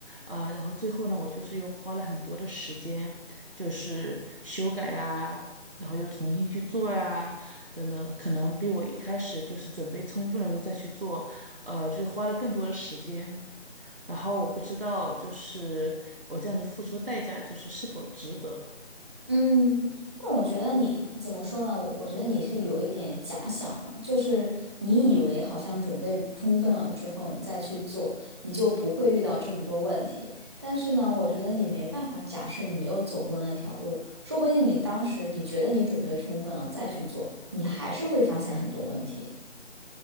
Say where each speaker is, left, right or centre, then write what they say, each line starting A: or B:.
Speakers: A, on the right; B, on the right.
A: 呃，然后最后呢，我就是又花了很多的时间，就是修改啊，然后又重新去做呀，等等，可能比我一开始就是准备充分的时候再去做。呃，就是花了更多的时间。然后我不知道，就是我这样子付出的代价，就是是否值得。
B: 嗯，但我觉得你怎么说呢？我我觉得你是有一点假想了，就是你以为好像准备充分了之后，你再去做，你就不会遇到这么多问题。但是呢，我觉得你没办法假设你没有走过那条路，说不定你当时你觉得你准备充分了再去做，你还是会发现很多问题。